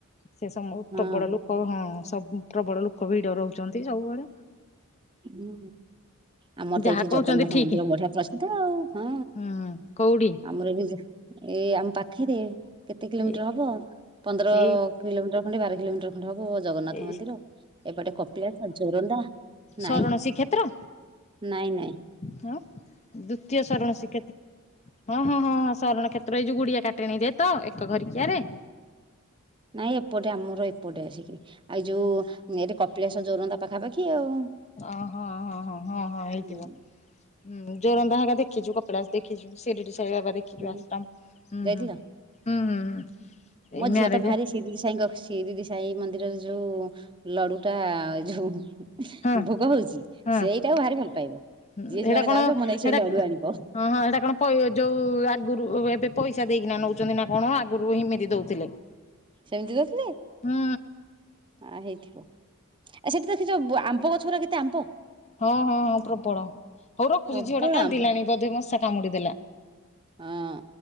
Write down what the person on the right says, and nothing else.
ହଁ
ହୁଁ। ଆମର
ତ ଏଇଠି
ଜଗନ୍ନାଥ
ମନ୍ଦିର ବଢିଆ ପ୍ରସିଦ୍ଧ ଆଉ। ହଁ
ଆମର ଏଠି ଏଇ ଆମ ପାଖରେ କେତେ କିଲୋମିଟର
ହବ ପନ୍ଦର
କିଲୋମିଟର ଖଣ୍ଡେ ବାର କିଲୋମିଟର ଖଣ୍ଡେ ହବ ଜଗନ୍ନାଥ
ମନ୍ଦିର ଏପଟେ କପିଳାଶ ଜୋରନ୍ଦା
ନାଇଁ
ନାଇଁ ନାଇଁ
ନାଇଁ ଏପଟେ ଆମର ଏପଟେ ଆସିକିରି ଆଉ ଯୋଉ ଏଠି କପିଳାସ ଜୋରନ୍ଦା ପାଖାପାଖି ଆଉ।
ହୁଁ
ହୁଁ
ଯାଇଥିଲ
ମୋ
ଝିଅ ତ ଭାରି ଶିରିଡି ସାଇ ଙ୍କ ଶିରିଡି ମନ୍ଦିରରେ ଯୋଉ ଲଡୁ ଟା ଯୋଉ
ଭୋଗ ହଉଛି
ସେଇଟାକୁ ଭାରି ଭଲ ପାଇବ।
ଯିଏ
ଯୁଆଡେ
ଯାଉଛ ମୋ ନାଗି
ସେଇ ଲଡୁ
ଆଣିବ
ସେମିତି ଦଉଥିଲେ?
ଆ ହେଇଥିବ ସେଠି ଦେଖିଛ ଆମ୍ବ ଗଛ ଗୁଡା କେତେ ଆମ୍ବ?
ପ୍ରବଳ
ଆମ୍ବ
ହଁ।